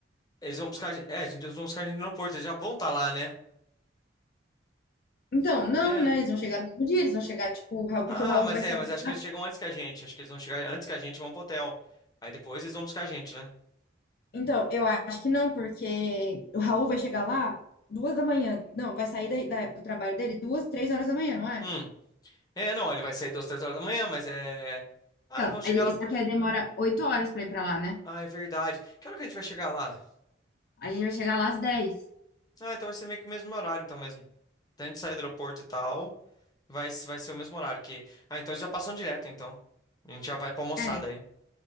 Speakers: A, on the left (about 20°); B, on the left (about 55°).
A: Eles vão buscar a gente. É, eles vão buscar a gente no aeroporto, eles já vão estar lá, né?
B: Então, não,
A: É.
B: né? Eles vão chegar no mesmo dia, eles vão chegar, tipo, o Raul,
A: Ah,
B: porque o Raul
A: mas
B: vai
A: é,
B: sair
A: mas
B: de
A: acho que
B: lá.
A: eles chegam antes que a gente. Acho que eles vão chegar antes que a gente e vão pro hotel. Aí depois eles vão buscar a gente, né?
B: Então, eu acho que não, porque o Raul vai chegar lá duas da manhã. Não, vai sair da- da- do trabalho dele duas, três horas da manhã, não é?
A: Hum. É, não, ele vai sair duas, três horas da manhã, mas é. Ah,
B: Então,
A: eles vão chegar
B: ele-
A: lá.
B: só que aí demora oito horas pra ir pra lá, né?
A: Ah, é verdade. Que hora que a gente vai chegar lá?
B: Aí a gente vai chegar lá às dez.
A: Ah, então vai ser meio que o mesmo horário, então mesmo. Então a gente sair do aeroporto e tal, vai, se- vai ser o mesmo horário que. Ah, então eles já passam direto, então. A gente já vai pra almoçar
B: É.
A: daí.